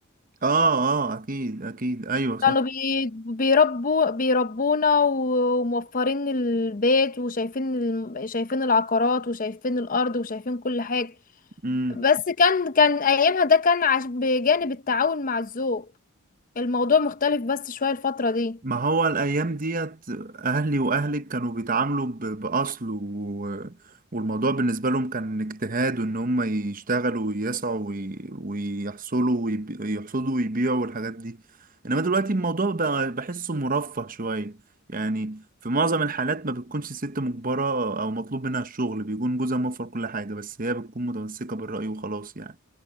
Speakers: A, on the right; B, on the left.
A: اه اه اكيد اكيد ايوه صح
B: كانوا بي... بيربوا بيربونا و- وموفرين البيت وشايفين ال... شايفين العقارات وشايفين الأرض وشايفين كل حاجة
A: امم
B: بس كان كان ايامها ده كان عش بجانب التعاون مع الذوق الموضوع مختلف بس شوية الفترة دي
A: ما هو الأيام ديت أهلي وأهلك كانوا بيتعاملوا ب- بأصل و... والموضوع بالنسبة لهم كان اجتهاد وإن هم يشتغلوا ويسعوا وي... ويحصلوا ويبي... يحصدوا ويبيعوا والحاجات دي إنما دلوقتي الموضوع بقى بحسه مرفه شوية يعني في معظم الحالات ما بتكونش الست مجبرة أو مطلوب منها الشغل بيكون جوزها موفر كل حاجة بس هي بتكون متمسكة بالرأي وخلاص يعني